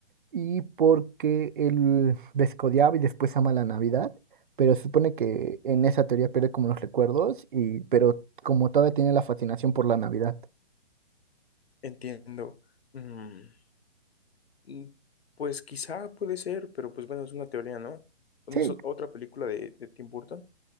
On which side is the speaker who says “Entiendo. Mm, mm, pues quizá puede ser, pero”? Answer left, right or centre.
Left